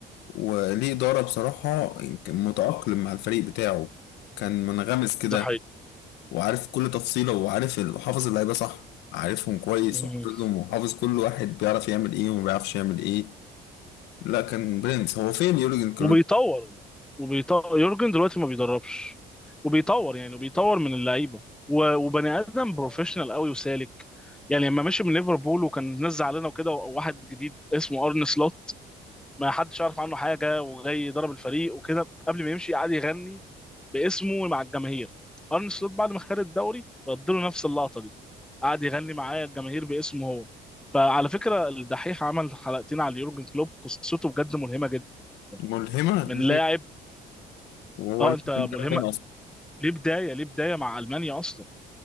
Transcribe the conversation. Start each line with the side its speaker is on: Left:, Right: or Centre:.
Left: وليه إدارة بصراحة كان متأقلم مع الفريق بتاعه كان منغمس كده
Centre: ده
Left: وعارف كل تفصيلة وعارف ال- وحافظ اللعيبة صح عارفهم كويس
Centre: حقيقي
Left: وحافظهم وحافظ كل واحد بيعرف يعمل ايه وما بيعرفش يعمل ايه لا كان برنس هو فين يورجن كلوب
Centre: وبيطور وبيطور يورجن دلوقتي ما بيدربش وبيطور يعني وبيطور من اللعيبه و- وبني ادم بروفيشنال قوي وسالك يعني لما مشي من ليفربول وكان الناس زعلانه وكده وواحد جديد اسمه ارن سلوت ما حدش عارف عنه حاجه وجاي يضرب الفريق وكده قبل ما يمشي قعد يغني باسمه مع الجماهير ارن سلوت بعد ما خد الدوري رد له نفس اللقطه دي قعد يغني معاه الجماهير باسمه هو فعلى فكره الدحيح عمل حلقتين على يورجن كلوب قصته بجد ملهمه جدا
Left: ملهمة
Centre: من لاعب
Left: ليه وهو
Centre: اه
Left: اللي
Centre: انت ملهمه
Left: كان بيعرف يكون أصلا
Centre: ليه بدايه ليه بدايه مع المانيا اصلا